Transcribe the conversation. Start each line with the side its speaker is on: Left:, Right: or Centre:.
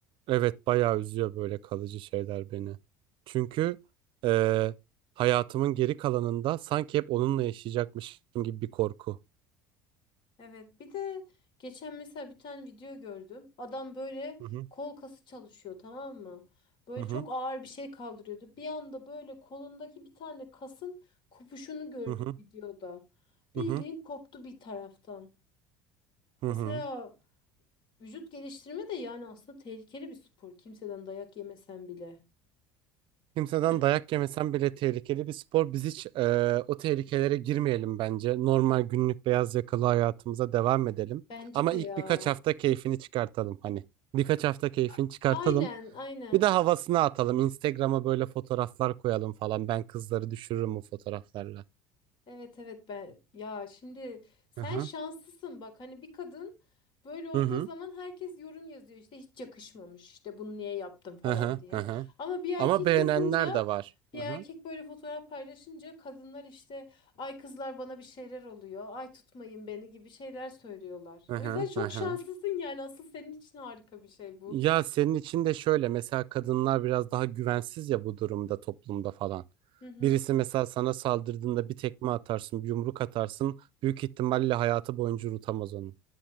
Right: Evet bayağı üzüyor böyle kalıcı şeyler beni. Çünkü eee, hayatımın geri kalanında sanki hep onunla yaşayacakmışım gibi bir korku.
Left: Evet bir de geçen mesela bir tane video gördüm. Adam böyle
Right: Hı hı.
Left: kol kası çalışıyor tamam mı? Böyle
Right: Hı hı.
Left: çok ağır bir şey kaldırıyordu. Bir anda böyle kolundaki bir tane kasın kopuşunu gördük
Right: Hı hı.
Left: videoda.
Right: Hı
Left: Bildiğin
Right: hı.
Left: koptu bir taraftan.
Right: Hı hı.
Left: Mesela vücut geliştirme de yani aslında tehlikeli bir spor. Kimseden dayak yemesen bile.
Right: Kimseden
Left: Hı.
Right: dayak yemesen bile tehlikeli bir spor. Biz hiç e, o tehlikelere girmeyelim bence. Normal günlük beyaz yakalı hayatımıza devam edelim.
Left: Bence
Right: Ama
Left: de
Right: ilk
Left: ya.
Right: birkaç hafta keyfini çıkartalım hani. Birkaç hafta keyfini
Left: A-
Right: çıkartalım.
Left: Aynen aynen.
Right: Bir de havasını atalım. Instagram'a böyle fotoğraflar koyalım falan. Ben kızları düşürürüm bu fotoğraflarla.
Left: Evet evet ben ya şimdi sen
Right: Hı hı.
Left: şanslısın bak hani bir kadın böyle olduğu
Right: Hı hı.
Left: zaman herkes yorum yazıyor işte hiç yakışmamış işte bunu niye yaptın falan
Right: Hı hı.
Left: diye.
Right: Hı hı.
Left: Ama bir erkek
Right: Ama beğenenler
Left: yazınca
Right: de var.
Left: bir
Right: Hı
Left: erkek
Right: hı.
Left: böyle fotoğraf paylaşınca kadınlar işte ay kızlar bana bir şeyler oluyor ay tutmayın beni gibi şeyler söylüyorlar.
Right: Hı
Left: O
Right: hı.
Left: yüzden çok
Right: Hı hı.
Left: şanslısın yani asıl senin için harika bir şey bu.
Right: Ya senin için de şöyle mesela kadınlar biraz daha güvensiz ya bu durumda toplumda falan.
Left: Hı hı
Right: Birisi mesela sana saldırdığında bir tekme atarsın, bir yumruk atarsın. Büyük ihtimalle hayatı boyunca unutamaz onu.